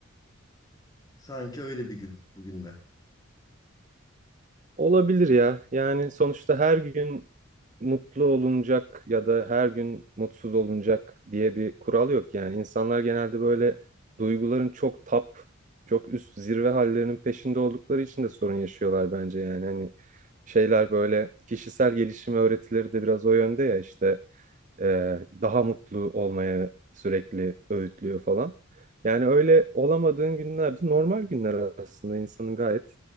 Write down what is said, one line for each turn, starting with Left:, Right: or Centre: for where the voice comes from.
Left: Sanki öyle bir gün bugün de.
Right: Olabilir ya. Yani sonuçta her gün mutlu olunacak ya da her gün mutsuz olunacak diye bir kural yok yani. İnsanlar genelde böyle duyguların çok tap, çok üst zirve hallerinin peşinde oldukları için de sorun yaşıyorlar bence yani. Hani şeyler böyle kişisel gelişim öğretileri de biraz o yönde ya işte Ee, daha mutlu olmaya sürekli öğütlüyor falan. Yani öyle olamadığın günlerde normal günler aslında insanın gayet